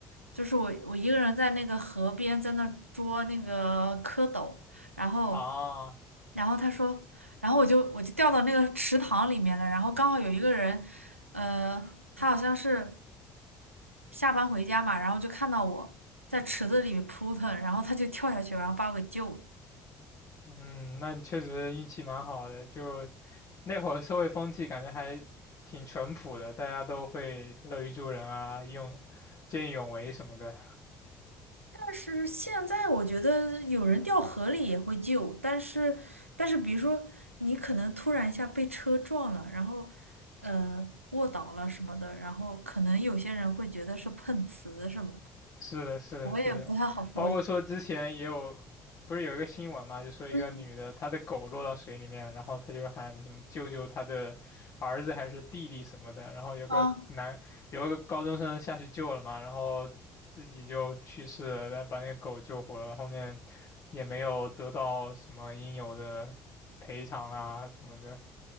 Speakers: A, on the right (about 85°); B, on the left (about 45°).
A: 就是我我一个人在那个河边在那捉那个蝌蚪，然后
B: 啊，
A: 然后她说，然后我就我就掉到那个池塘里面了，然后刚好有一个人，呃，他好像是。下班回家嘛，然后就看到我在池子里面扑腾，然后他就跳下去，然后把我给救了。
B: 嗯，那你确实运气蛮好的。就那会儿社会风气感觉还挺淳朴的，大家都会乐于助人啊，用见义勇为什么的。
A: 但是现在我觉得有人掉河里也会救，但是但是比如说你可能突然一下被车撞了，然后呃卧倒了什么的，然后可能有些人会觉得是碰瓷什么的，
B: 是的，是的，
A: 我也不太好说。
B: 是的，包括说之前也有，
A: <laughs>
B: 不是有一个新闻嘛，就说一个女的，
A: 嗯
B: 她的狗落到水里面，然后她就喊什么救救她的儿子还是弟弟什么的，然后有个男，
A: 啊，
B: 有个高中生下去救了嘛，然后自己就去世了，但把那个狗救活了，后面也没有得到什么应有的赔偿啊什么的，